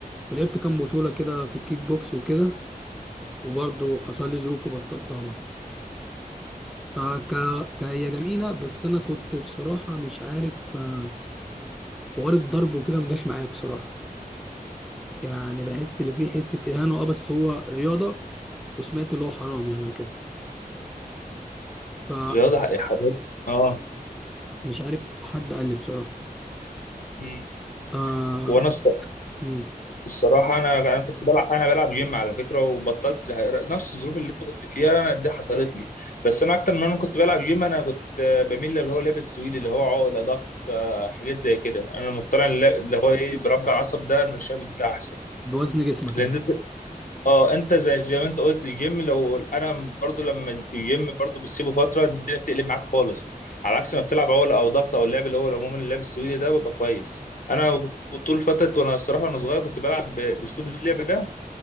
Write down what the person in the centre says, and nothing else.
ولعبت كام بطوله كده في الكيك بوكس وكده وبرضه حصل لي ظروف وبطلتها برضه آه ك... كهي جميلة بس أنا كنت بصراحة مش عارف آه، حوار الضرب وكده ما جاش معايا بصراحة يعني بحس إن في حتة إهانة أه بس هو رياضة وسمعت اللي هو حرام يعني وكده فمش
عارف حد قال لي بصراحة
آه...
مم.
بوزن جسمك
يعني